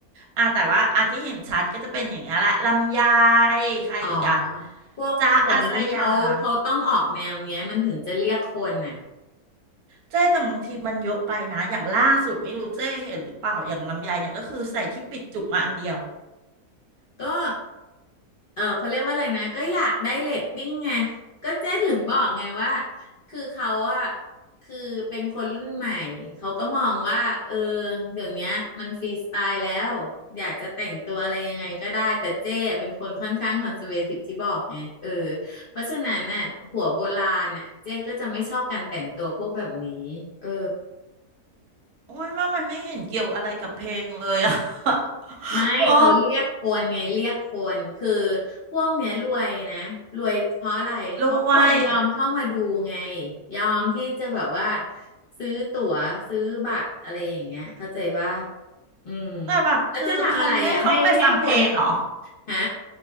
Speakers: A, on the right; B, on the left.
A: อ่ะแต่ว่าอ่ะที่เห็นชัดก็จะเป็นอย่างเงี้ยแหละลำไยใครอีกอ่ะ
B: อ๋อพวกอย่างนี้เขาเขาต้องออกแนวเนี้ยมันถึงจะเรียกคนน่ะ
A: จ๊ะอาสยาม เจ๊แต่บางทีมันเยอะไปนะอย่างล่าสุดไม่รู้เจ๊เห็นหรือเปล่าอย่างลำไยเนี่ยก็คือใส่ที่ปิดจุกมาอันเดียว
B: ก็ เออเขาเรียกว่าอะไรนะก็อยากได้เรตติ้งไงก็เจ๊ถึงบอกไงว่าคือเขาอะคือเป็นคนรุ่นใหม่เขาก็มองว่าเออเดี๋ยวเนี้ยมันฟรีสไตล์แล้วอยากจะแต่งตัวอะไรยังไงก็ได้แต่เจ๊เป็นคนค่อนข้างคอนเซอร์เวทีฟที่บอกไงเออเพราะฉะนั้นน่ะหัวโบราณน่ะเจ๊ก็จะไม่ชอบการแต่งตัวพวกแบบนี้เออ
A: โอ้ยว่ามันไม่เห็นเกี่ยวอะไรกับเพลงเลยอะ <laughs>
B: ไม่เขาเรียกคนไงเรียกคนคือ
A: โอ้
B: พวกเนี้ยรวยนะรวยเพราะอะไรเพราะคนยอมเข้ามาดูไง
A: รวย
B: ยอมที่จะแบบว่าซื้อตั๋วซื้อบัตรอะไรอย่างเงี้ยเข้าใจป่ะอืม
A: แต่แบบคือเขาไม่ได้เข้าไปฟังเพลงเหรอ
B: แล้วจะทำอะไรอ่ะให้ให้คนแบบฮะ